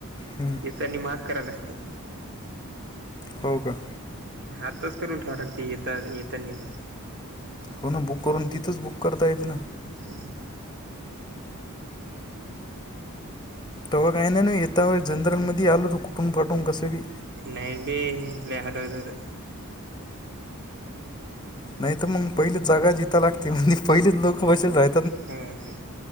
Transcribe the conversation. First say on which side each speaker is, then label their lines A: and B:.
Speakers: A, on the left; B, on the right.
A: हम्म
B: येतानी महाग करावी लागते.
A: हो कां.
B: आताच करून ठेवाव लागती. येेत येतानी पण,
A: हो ना बुक करून, तिथंच बुक करता येतं ना.
B: अ..
A: तेव्हा काही नाही येता व जनरल मध्ये, आलो त कुठून पाठवून कसं बी.
B: नाही बी ली हाटवतात.
A: नाही तर मग पहिली जागा जिथं लागते, म्हणे पहिलेच लोक बसेल राह
B: ह.. ह..